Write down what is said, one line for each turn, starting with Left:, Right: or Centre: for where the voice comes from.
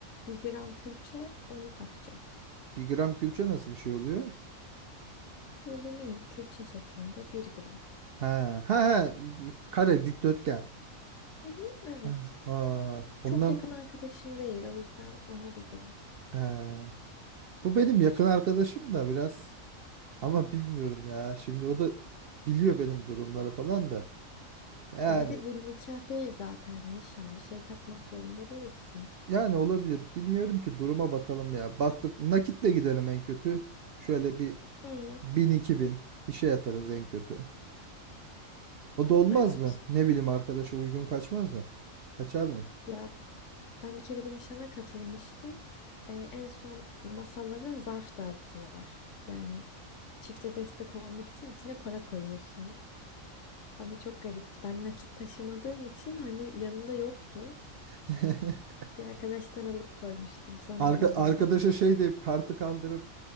Left: Bir gram külçe onu takacağım.
Right: Bir gram külçe nasıl bir şey oluyor?
Left: Böyle minik külçe şeklinde bir gram.
Right: Ha ha, ha kare dikdörtgen.
Left: Hı hı, evet.
Right: Ha, ha, ondan
Left: Çok yakın arkadaşım değil. O yüzden ona bir gram.
Right: ha. Bu benim yakın arkadaşım da biraz ama bilmiyorum ya. Şimdi o da biliyor benim durumları falan da. Yani
Left: E Bir de bu nikah değil zaten nişan. Bir şey takmak zorunda değilsin.
Right: yani olabilir. Bilmiyorum ki duruma bakalım ya. Baktık nakitle gidelim en kötü. Şöyle bir
Left: Hı,
Right: bin iki bin bir şey atarız en kötü. O da olmaz
Left: evet.
Right: mı? Ne bileyim arkadaşa uygun kaçmaz mı? Kaçar mı?
Left: Ya ben bir kere bir nişana katılmıştım. Ee, en son masalara zarf dağıttılar. Yani çifte destek olmak için içine para koyuyorsun. Ama çok garipti. Ben nakit taşımadığım için hani yanımda yoktu.
Right: <laughs>
Left: Bir arkadaştan alıp koymuştum. Sonra
Right: Arka,
Left: ona IBAN'dan
Right: arkadaşa
Left: atmıştım.
Right: şey deyip kartı kaldırıp